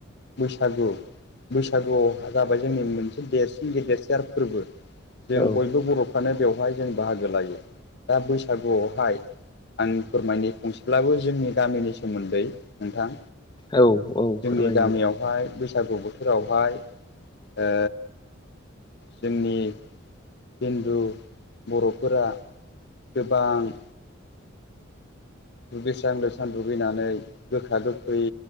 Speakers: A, on the left; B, on the left.
A: बैसागु बैसागुआव जाबाय जोंनि मोनसे देरसिन गेदेरसार फोरबो। जों
B: औ
A: बयबो बर' फ्रानो बेवहाय जों बाहागो लायो दा बैसागुआवहाय आनि फोरमायनो फंसे ब्लाबो जोंनि गामिनि सोमोन्दै नोंथां।
B: औ औ
A: जोंनि
B: फोरमायो
A: गामियावहाय बैसागु बोथोरावहाय ओ जोंनि हिन्दु बर'फोरा गोबां दुगैस्रां लोबस्रां दुगैनानै गोखा गोखै